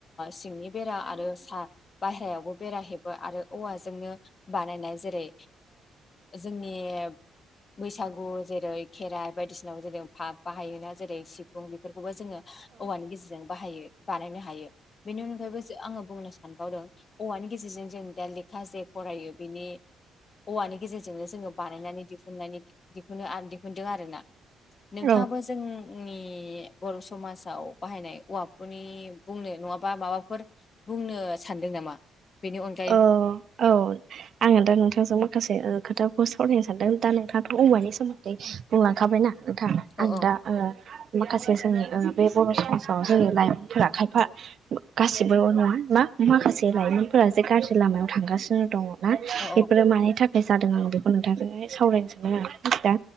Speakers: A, on the left; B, on the right.
A: सिंनि बेरा आरो साहा बायेरायावबो बेरहेबो आरो औवाजोंनो बानायनाय जेरै जोंनि बैसागु जेरै खेराइ बायदिसिनाव जेर फा बाहायोना जेरै सिफुं बेफोरखौबो जोङो औवानि गेजेरजों बाहायो बानायनो हायो बेनि अनगायैबो आङो बुंनो सानबावदों औवानि गेजेरजों जों दा लेखा जे फरायो बिनि औवानि गेजेरजोंनो जोङो बानायनानै दिहुननानै दिहुननो दिहुनदों आरो ना नोंथाङाबो
B: औ
A: जोंनि बर' समाजाव बाहायनाय औवाफोरनि बुंनो नङाबा माबाफोर बुंनो सानदों नामा बेनि अनगायै
B: अ औ आङो दा नोंथांजों माखासे खोथाखौ सावरायनो सानदों दा नोंथाथ' औमानि सोमोन्दै बुंलांखाबायनाा नोंथां
A: अ
B: आं दा माखासे जोंनि बे बर' समाजाव जोंङनि लाइमोनफोरा। खायफा गासिबो नङा बा माखासे लाइमोनफोरा से गाज्रि लामायाव थांगासिनो दङना।
A: अ
B: बेफोरो मानि थाखाय? बे जादों आं बेखौ नोंथांहाय सावरायनोसोममोन आं दा